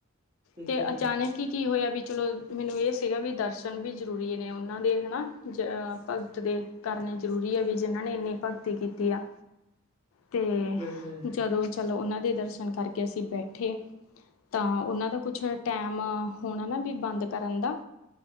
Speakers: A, on the right (about 30°); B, on the left (about 75°).
A: ਠੀਕ
B: ਤੇ
A: ਹੈ
B: ਅਚਾਨਕ ਹੀ ਕੀ ਹੋਇਆ ਵੀ ਚਲੋ ਮੈਨੂੰ ਇਹ ਸੀਗਾ ਵੀ ਦਰਸ਼ਨ ਵੀ ਜ਼ਰੂਰੀ ਨੇ ਉਹਨਾਂ ਦੇ ਹਨਾ। ਜ ਭਗ ਦੇ ਕਰਨੇ ਜ਼ਰੂਰੀ ਹੈ ਵੀ ਜਿਹਨਾਂ ਨੇ ਇੰਨੀ ਭਗਤੀ ਕੀਤੀ ਆ। ਤੇ
A: ਬਿਲਕੁਲ
B: ਜਦੋਂ ਚਲੋ ਉਨਾਂ ਦੇ ਦਰਸ਼ਨ ਕਰਕੇ ਅਸੀਂ ਬੈਠੇ ਤਾਂ ਉਨਾਂ ਦਾ ਕੁਛ ਟੈਮ ਹੋਣਾ ਨਾ ਬੀ ਬੰਦ ਕਰਨ ਦਾ।